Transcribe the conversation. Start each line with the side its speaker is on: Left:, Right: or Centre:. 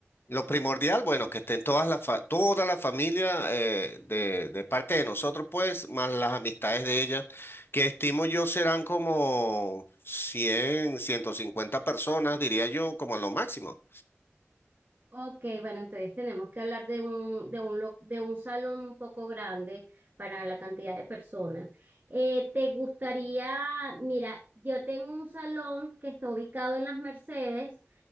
Left: Lo primordial, bueno, que estén todas las fa- toda la familia eh, de, de parte de nosotros, pues, más las amistades de ellas, que estimo yo serán como cien ciento cincuenta personas, diría yo, como lo máximo.
Right: Ok, bueno, entonces tenemos que hablar de un, de un, lo- de un salón un poco grande para la cantidad de personas. Eh, ¿te gustaría, mira, yo tengo un salón que está ubicado en Las Mercedes,